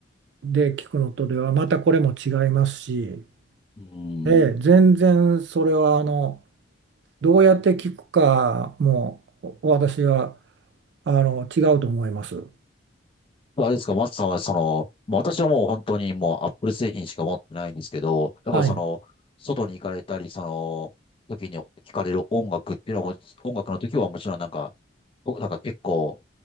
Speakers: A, on the right; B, on the left.
A: ーで聞くのとでは、またこれも違いますし、
B: うん。
A: ええ、全然それは、あの、どうやって聞くかも、お私は、あの、違うと思います。
B: あれですか、松さんはその、もう私はもう本当にもうアップル製品しか持ってないんですけど、やっぱりその、
A: はい。
B: 外に行かれたり、その、時に聞かれる音楽っていうのはもち、音楽の時はもちろんなんか、おなんか結構、